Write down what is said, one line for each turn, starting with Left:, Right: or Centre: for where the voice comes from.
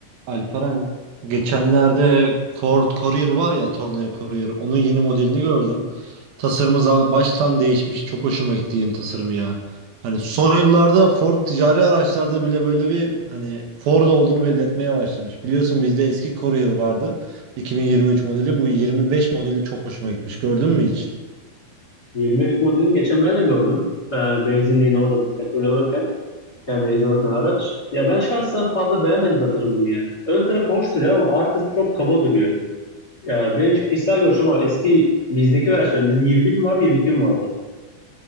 Right: Alperen geçenlerde Ford Courier var ya Tornado Courier onun yeni modelini gördüm. Tasarımı za- baştan değişmiş çok hoşuma gitti yeni tasarımı ya. Hani son yıllarda Ford ticari araçlarda bile böyle bir hani Ford olduğunu belli etmeye başlamış. Biliyorsun bizde eski Courier vardı 2023 modeli bu 25 modeli çok hoşuma gitmiş gördün mü hiç?
Left: 25 modelini geçen ben de gördüm. Ee, benzinliğini orada petrol alırken. Yani benzin alırken araç. Ya ben şahsen fazla beğenmedim tasarımını yani. Ön tarafı hoş duruyor ama arkası çok kaba duruyor. Ya benim kişisel görüşüm ama eski bizdeki versiyon. Bizde 21 mi vardı 22 mi vardı?